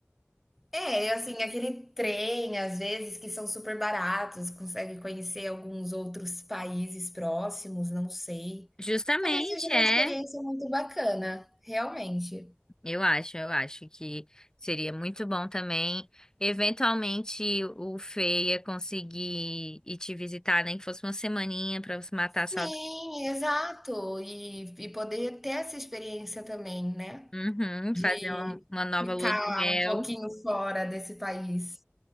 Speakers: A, in the centre; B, on the left.
A: É, e assim, aquele trem, às vezes, que são super baratos, consegue conhecer alguns outros países próximos, não sei.
B: Justamente
A: Talvez seja uma
B: é,
A: experiência muito bacana, realmente.
B: eu acho, eu acho que seria muito bom também, eventualmente o Feia conseguir ir te visitar, nem que fosse uma semaninha para você matar
A: Sim,
B: a saudade.
A: exato. E e poder ter essa experiência também, né,
B: Uhum,
A: de
B: fazer um- uma nova
A: ficar
B: lua de mel,
A: um pouquinho fora desse país.